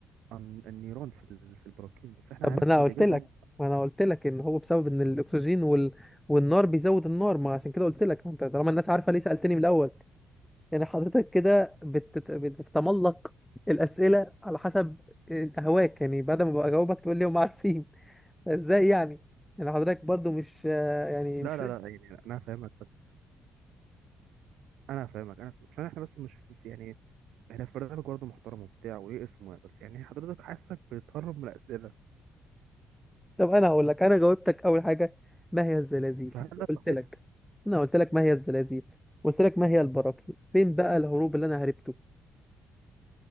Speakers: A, on the right; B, in the centre.
A: الن- النيران في ال- في البراكين بس احنا
B: طب
A: عرفنا
B: ما انا
A: الإجابة
B: قلت لك
A: يعني
B: ما انا قلت لك ان هو بسبب ان الاكسجين وال... والنار بيزود النار ما عشان كده قلت لك ما انت طالما الناس عارفة ليه سألتني من الاول يعني حضرتك كده بتت... بتتملق الأسئلة على حسب هواك يعني بعد ما بجاوبك تقول لي هم عارفين فازاي يعني يعني حضرتك برضو مش يعني
A: لا
B: مش
A: لا
B: فاهم
A: لا يعني انا فاهمك بس انا فاهمك انا فاهمك. عشان احنا بس مش في في- يعني احنا في برنامج برضه محترم وبتاع وليه اسمه يعني. بس يعني حضرتك حاسك بتهرب من الاسئله
B: طب انا هقول لك انا جاوبتك اول حاجة ما هي الزلازل
A: فهل ده
B: قلت
A: صحيح
B: لك انا قلت لك ما هي الزلازل قلت لك ما هي البراكين فين بقى الهروب اللي انا هربته